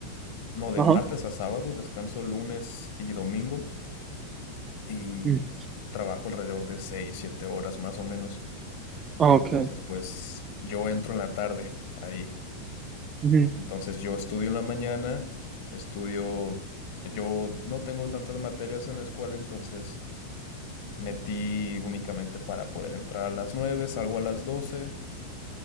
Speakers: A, on the left (about 50°); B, on the right (about 25°).
A: No, de
B: Ajá.
A: martes a sábado, descanso lunes y domingo. Y
B: Mm.
A: trabajo alrededor de seis, siete horas más o menos.
B: Ok.
A: Entonces, pues yo entro en la tarde ahí.
B: Ujú.
A: Entonces yo estudio en la mañana, estudio, yo no tengo tantas materias en la escuela, entonces metí únicamente para poder entrar a las 9, salgo a las doce